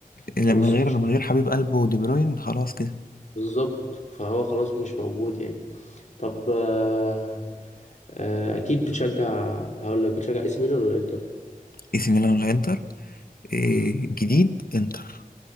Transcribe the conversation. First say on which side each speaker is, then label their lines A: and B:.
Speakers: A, on the left (about 80°); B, on the left (about 55°).
A: لما
B: خلاص
A: غير
B: مش
A: لما غير حبيب قلبه دي بروين خلاص كده
B: بالظبط فهو خلاص مش موجود يعني طب آه، آه، اكيد بتشجع هقول لك بتشجع اي سي ميلان ولا انتر
A: اي سي ميلان ولا انتر إيه
B: مم.
A: جديد انتر